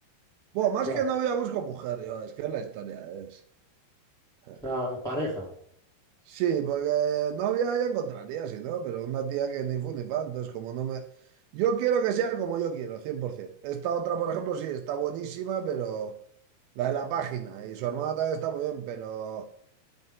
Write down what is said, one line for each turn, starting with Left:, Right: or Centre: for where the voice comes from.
Right: Bueno, más
Centre: claro.
Right: que novia busco mujer, yo, es que es la historia, es. eh.
Centre: O sea, pareja,
Right: Sí, porque novia ya encontraría, si no, pero una tía que ni fu ni fa, entonces como no me... Yo quiero que sea como yo quiero, 100%. Esta otra, por ejemplo, sí, está buenísima, pero... La de la página. Y su hermana también está muy bien, pero,